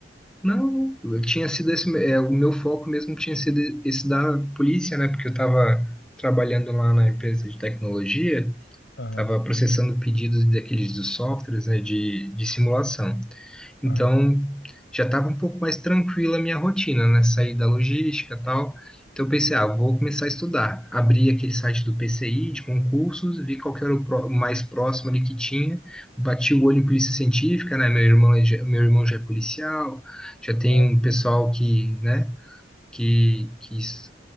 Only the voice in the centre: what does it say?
Não, eu tinha sido esse, é, o meu foco mesmo tinha sido esse da polícia, né? Porque eu tava trabalhando lá na empresa de tecnologia.
estava processando pedidos daqueles dos softwares, né, de, de simulação. Então,
já estava um pouco mais tranquila a minha rotina, né, sair da logística e tal. Então, eu pensei, ah, vou começar a estudar. Abri aquele site do PCI, de concursos, vi qual que era o pró- o mais próximo ali que tinha, bati o olho em polícia científica, né, meu irmão, é ge- meu irmão já é policial, já tem
um pessoal que, né, que, que s-